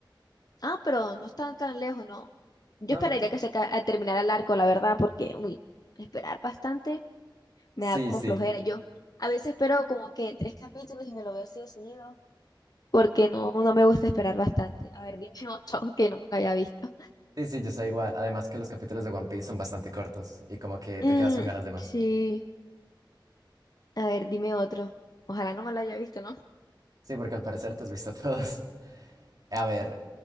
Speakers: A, on the left; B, on the right.
A: ah, pero no está tan lejos, ¿no? Yo
B: No,
A: esperaría
B: no.
A: que se ca- a- terminara el arco, la verdad, porque, uy, esperar bastante me
B: Sí,
A: da como
B: sí.
A: flojera. Yo a veces espero como que tres capítulos y me lo veo así de seguido, porque no, no me gusta esperar bastante. A ver, dime otro <laughs> que no me lo haya visto.
B: Sí, sí, yo soy igual. Además que los capítulos de One Piece son bastante cortos y como que
A: Mm,
B: te quedas con ganas de más.
A: sí, a ver, dime otro. Ojalá no me lo haya visto, ¿no?
B: Sí, porque al parecer te has visto todos. <laughs> A ver,